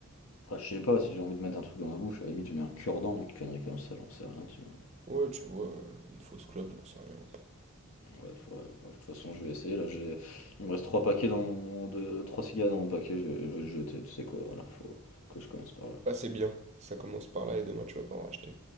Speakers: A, on the left; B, on the right.
A: Après, je sais pas, si j'ai envie de mettre un truc dans ma bouche, à la limite, je mets un cure-dent, une connerie comme ça, j'en sais rien, tu vois.
B: Ouais, tu vois, euh, une fausse clope, j'en sais rien.
A: Ouais, faut- ouais, de toute façon, je vais essayer, là, j'ai... Il me reste trois paquets dans mon... de... trois cigares dans mon paquet, je vais, je vais le jeter, tu sais quoi, voilà, faut... faut que je commence par là.
B: Ah, c'est bien. Ça commence par là et demain tu vas pas en racheter.